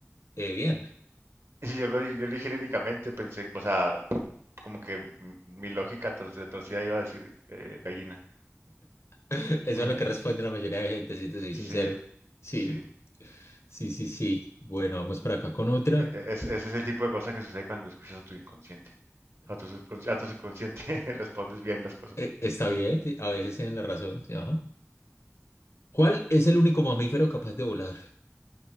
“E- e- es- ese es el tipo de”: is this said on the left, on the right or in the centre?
Right